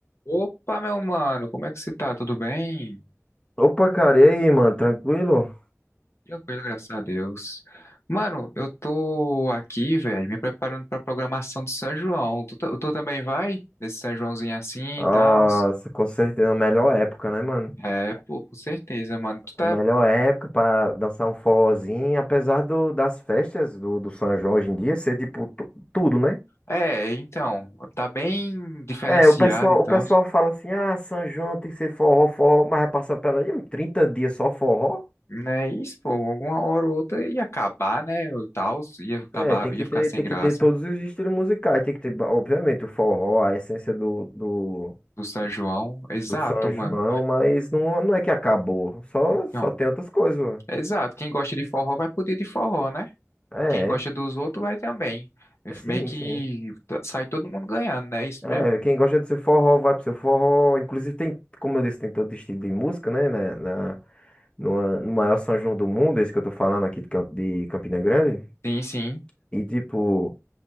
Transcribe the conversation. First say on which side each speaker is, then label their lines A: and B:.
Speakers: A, on the left; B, on the left.
A: Opa, meu mano, como é que você tá? Tudo bem?
B: Opa, cara, e aí, mano? Tranquilo?
A: Tranquilo, graças a Deus. Mano, eu tô aqui, velho, me preparando pra programação de São João. Tu, ta- tu também vai? Nesse São Joãozinho assim
B: Nossa,
A: e tal?
B: com certeza, a melhor época, né, mano?
A: É, pô, com certeza, mano. Tu tá.
B: A melhor época pra dançar um forrozinho, apesar do, das festas do, do São João hoje em dia ser, tipo, tu- tudo, né?
A: É, então, tá bem diferenciado
B: É, o pessoal,
A: e tal.
B: o pessoal fala assim, ah, São João tem que ser forró, forró, mas vai passar pela aí, 30 dias só forró?
A: Né? Isso, pô, alguma hora ou outra ia acabar, né? O tal, ia acabar,
B: É, tem
A: ia
B: que
A: ficar
B: ter,
A: sem
B: tem
A: graça
B: que ter todos os estilos musicais, tem que ter, obviamente, o forró, a essência do, do,
A: do São João. Exato,
B: do São
A: mano.
B: João, mas não, não é que acabou, só,
A: Então,
B: só tem outras coisas, mano.
A: exato. Quem gosta de forró vai poder de forró, né?
B: É,
A: E quem gosta dos outros vai também.
B: É Sim,
A: Meio que
B: sim.
A: t- sai todo mundo ganhando, né? Isso
B: É,
A: mesmo?
B: quem gosta do seu forró, vai pro seu forró. Inclusive tem, como eu disse, tem todo estilo de música, né? Na, na, numa- no maior São João do mundo, esse que eu tô falando aqui de, Cam- de Campina Grande.
A: Sim, sim.
B: E tipo,